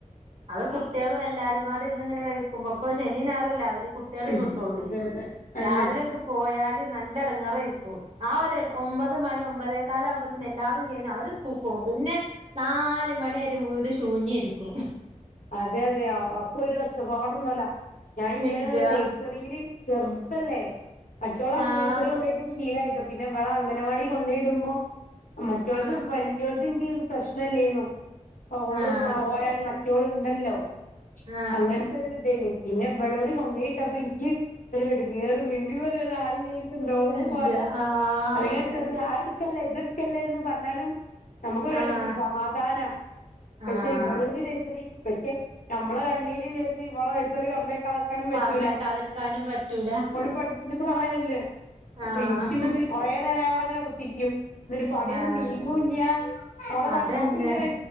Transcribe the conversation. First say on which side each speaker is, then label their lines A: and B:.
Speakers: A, on the right; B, on the left.
A: അത് കുട്ടികളും എല്ലാരുംപാടി ഇരുന്ന് ഇങ്ങനെ കഴിക്കുമ്പോ പ്പൊ ശനീം ഞായറുംല്ലേ അവര്- കുട്ടികളിം
B: ഉം
A: കിട്ടൊള്ളൂ
B: അതെ അതെ
A: രാവിലെ
B: അന്നെ
A: അങ്ങട്ട് പോയാൽ കു തി നല്ലെടങ്ങേറായിരിക്കും ആ ഒരു എ ഒമ്പത് മണി ഒമ്പതേക്കാലാവുമ്പത്തിന് എല്ലാതും കഴിഞ്ഞ് അവര് കൂക്കോവും പിന്നെ നാല് മണിവരേം വീട് ശൂന്യായിരിക്കും
B: അതെ അതെയ അപ്പൊ ഒരു ഒച്ചപ്പാടുണ്ടല്ലവുല്ല ഞാൻ ഇന്റെതായാരു
A: ഇല്ല
B: രിൽസ് ബീലി ചെറുതല്ലേ മറ്റോളെ അങ്ങനെ
A: ആഹ്
B: നയ്സറീല് കൊണ്ടോയിട്ട് ശീലായിട്ടൊ പിന്നെ ഇവളെ അംഗനവാടി കൊണ്ടെടുമ്പോ മറ്റോളത്
A: ആഹ്
B: വല്ല്യോലത് ഇൻനിക്ക്- പ്രശ്നല്ലേനു, ഓള്
A: ആഹ്
B: പോയാലും മറ്റോള്ണ്ടല്ലോ
A: ആഹ്
B: അങ്ങനെ ക്ക് ഇതേയ്‌നു പിന്നെ ഇവളോട് കൊണ്ടയിട്ട അപ്പൊ എനിക്ക് ഒരുഎടങ്ങേറ് മിണ്ടി പറയാൻ ഒരാളി- എന്തോ
A: ഇല്ല
B: പോലെ
A: ആഹ്
B: അല്ലെങ്കി ചെറിയ അ ത് എട്ക്കല്ലേ ഇതെട്ക്കല്ലേന്ന് പറഞ്ഞാലും നമ്മക്കൊരു
A: ആഹ്
B: എട് സമാധാന പക്ഷെ
A: ആഹ്
B: ഇവളൂടി നെയ്സറിയും പക്ഷെ നമ്മളെ കണ്ണീര് വിചാരിച്ച് ഇവളെ നേഴ്സറി പറഞ്ഞക്കാ തളർത്താനും പറ്റൂല
A: പറഞ്ഞേക്കാതിരിക്കാനും പറ്റൂല
B: ഓല് പഠിക്ക്ണ പ്രായല്ലേ? അപ്പൊ
A: ആഹ്
B: ഇൻക്കിന്നട്ട് കുറേ നേരം അവിടെ അങ്ങനെ കുത്തിരിക്കും ഒരു പണിയൊന്നും
A: ആഹ്
B: നീങ്ങൂല്ല ഓളെ
A: അതന്നെ
B: വായ് നോക്കി ഇങ്ങനെ